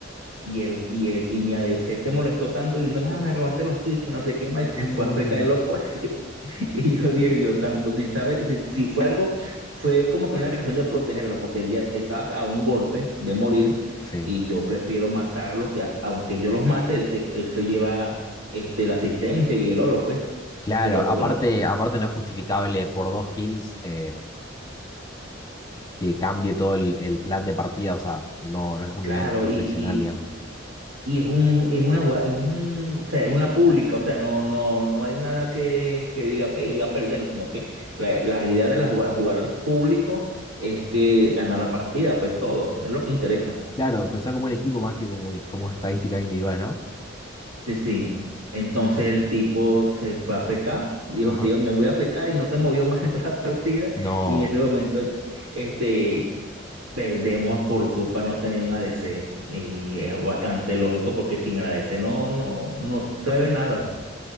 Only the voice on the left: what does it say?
Mm,
sí.
Claro,
aparte,
aparte no es justificable por dos kills eh, que cambie todo el, el plan de partida, o sea, no, no es un
nivel profesional,
digamos.
Claro, pensar como un equipo más que como, como estadísticas individuales, ¿no?
Ajá.
No,